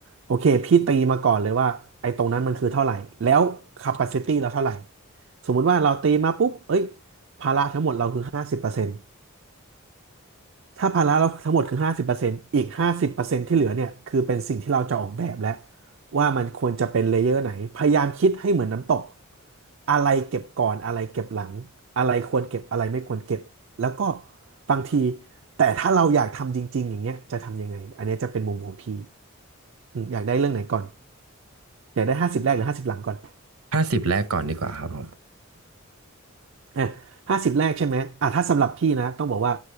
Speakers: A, on the right; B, on the right.
A: โอเคพี่ตีมาก่อนเลยว่าไอ้ตรงนั้นมันคือเท่าไหร่แล้ว capacity เราเท่าไหร่สมมุติว่าเราตีมาปุ๊บเอ้ยภาระทั้งหมดเราคือห้าสิบเปอร์เซ็นต์ ถ้าภาระเราทั้งหมดคือห้าสิบเปอร์เซ็นต์อีกห้าสิบเปอร์เซ็นต์ที่เหลือเนี่ยคือเป็นสิ่งที่เราจะออกแบบแล้วว่ามันควรจะเป็นเลเยอร์ไหน พยายามคิดให้เหมือนน้ำตกอะไรเก็บก่อนอะไรเก็บหลังอะไรควรเก็บอะไรไม่ควรเก็บแล้วก็บางทีแต่ถ้าเราอยากทำจริงๆอย่างเงี้ยจะทำยังไงอันเนี้ยจะเป็นมุมของพี่อืมอยากได้เรื่องไหนก่อนอยากได้ห้าสิบแรกหรือห้าสิบหลังก่อน
B: ห้าสิบแรกก่อนดีกว่าครับผม
A: อ่ะห้าสิบแรกใช่ไหมอ่ะถ้าสำหรับพี่นะต้องบอกว่า